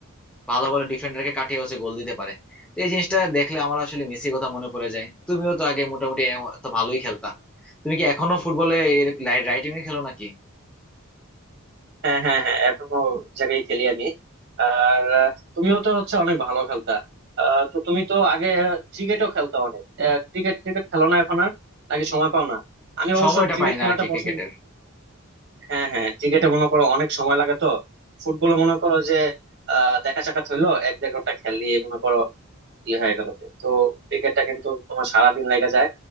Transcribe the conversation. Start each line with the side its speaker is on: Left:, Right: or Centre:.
Centre: ভালো ভালো ডিফেন্ডারকে কাটিয়ে হচ্ছে গোল দিতে পারে তো এই জিনিসটা দেখলে আমার আসলে মেসির কথা মনে পড়ে যায় তুমিও তো আগে মোটামুটি এ- তো ভালোই খেলতা তুমি কি এখনো ফুটবলে রাইটিং এ খেলো নাকি
Right: হ্যাঁ হ্যাঁ হ্যাঁ এখনো জায়গায় খেলি আমি আর আহ, তুমিও তো হচ্ছে অনেক ভালো খেলতা আহ, তো তুমি তো আগে ক্রিকেটও খেলতা অনেক ক্রিকেট ক্রিকেট খেলো না এখন আর আগে সময় পাও না আমি
Centre: সময়টা
Right: অবশ্য ক্রিকেট
Centre: পাই না
Right: খেলাটা
Centre: আর কি ক্রিকেটের
Right: পছন্দ হ্যাঁ হ্যাঁ ক্রিকেটে মনে করো অনেক সময় লাগে তো ফুটবলে মনে করো যে আহ দেখা সাক্ষাৎ হইলো এক দেড় ঘন্টা খেললি মনে করো ইয়ে হয়ে গেল কিন্তু ক্রিকেটটা কিন্তু তোমার সারাদিন লেগে যায়